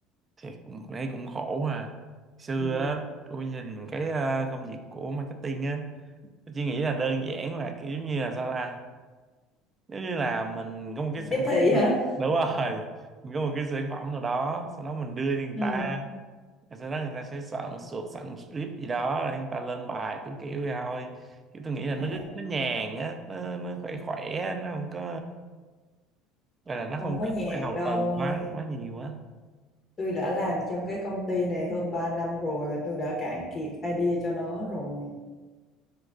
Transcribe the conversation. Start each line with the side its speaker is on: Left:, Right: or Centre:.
Right: thì cũng thấy cũng khổ ha xưa
Left: ừ.
Right: á tôi nhìn cái ờ, công việc của marketing á tôi chỉ nghĩ là đơn giản là kiểu như là sao ta nếu như là mình có một cái sản
Left: tiếp
Right: phẩm
Left: thị hả
Right: đúng rồi mình có một cái sản phẩm nào đó sau đó mình đưa cho người
Left: ừ.
Right: ta Rồi sau đó người ta sẽ soạn suột soạn script gì đó rồi người ta lên bài kiểu kiểu vậy thôi chứ tôi nghĩ là nó
Left: à,
Right: nó nhàn á nó nó khỏe khỏe á, nó không có gọi là nó
Left: không
Right: không
Left: có
Right: cần
Left: nhàn
Right: phải đầu
Left: đâu
Right: tư
Left: ông ơi
Right: quá quá nhiều á
Left: tôi đã làm trong cái công ty này hơn 3 năm rồi tôi đã cạn kiệt idea cho nó rồi